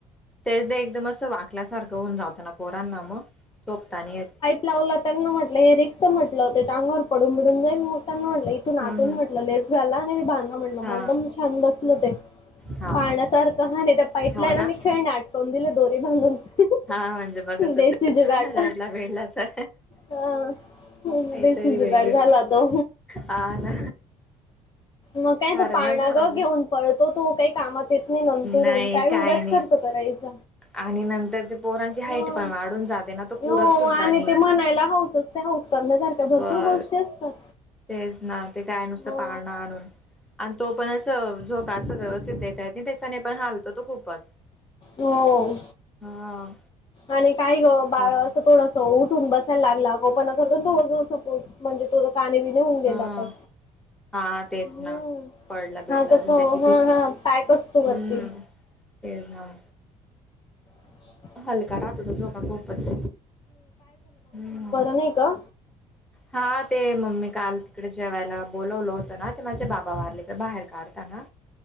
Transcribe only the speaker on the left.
लावलं त्यांना म्हटलं हे रिक्स हाय म्हटलं त्याच्या अंगावर पडून भिडून जाई मग त्यांना म्हटलं तून आतून
म्हटलं लेस व्याला आणि बाणधु म्हणल मग
एकदम छान बसलं ते
पाण्यासारखं हा नाही त्या पाईपलाईन
मी खेळणे अटक काऊंन दिलं दोरे बांधून. देसी
जुगाड
हा. ह
देशी
जुगाड झाला तो.
मग काय
तो पाळणाग
घेऊन परत तो काही कामात येत नाही नंतरून
काय उगाच
खर्च करायच.
ह
हो
आणि
ते म्हणायला हऊसच ते हौस करण्यासारख्या भरपूर
गोष्टी असतात.
हो
हो
आणि काय ग बाळ
असं थोड स तो उठून बसायला लागला, आगावपणा करतो जस सपोज. म्हणजे तो जर काण बिन होऊन गेला
तर,
हम्म
हा तस
हा
हा पॅक असतो वरती
ह <unintelligible>
होय का.